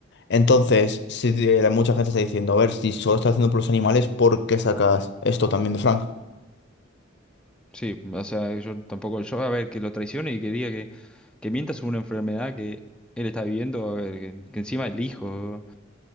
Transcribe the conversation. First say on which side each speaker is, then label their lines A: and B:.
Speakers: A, on the left; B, in the centre.
A: Entonces, si de- la- mucha gente está diciendo, a ver, si solo está haciendo por los animales, ¿por qué sacas esto también de Frank?
B: Sí, o sea, yo tampoco, yo a ver, que lo traicione y que diga que, que mienta sobre una enfermedad que él está viviendo, a ver, que, que encima el hijo,